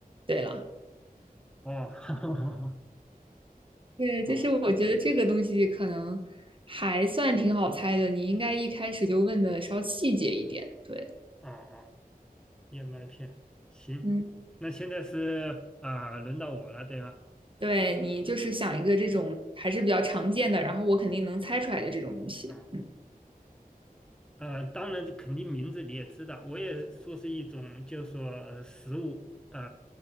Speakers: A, on the right; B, in the centre.
A: 对了，
B: 哦。<laughs>
A: 对，就是我觉得这个东西可能还算挺好猜的，
B: 啊
A: 你应该一开始就问的稍细节一点，对。
B: 哦哦，燕麦片，行，
A: 嗯，
B: 那现在是啊、轮到我了，对吗？
A: 对你就是想一个这种还是比较常见的，然后我肯定能猜出来的这种东西。
B: 嗯，
A: 嗯
B: 呃，当然，肯定名字你也知道，我也说是一种，就是说呃食物，呃，